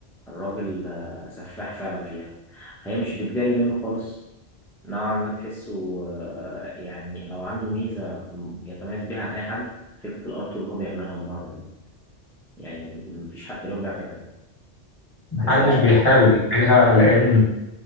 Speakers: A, in the centre; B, on the left (about 25°).
A: الراجل آه، سفاح فعلا فيها هي مش بتجلي منه خالص نوعا ما تحسه آه، يعني لو عنده ميزة م- يتميز بيها عن أي حد فكرة الار اللي هو بيعملها من بره دي يعني م- مفيش حد اليوم بيعرف يعملها
B: محدش
A: زي أرن
B: بيحاول يعملها لان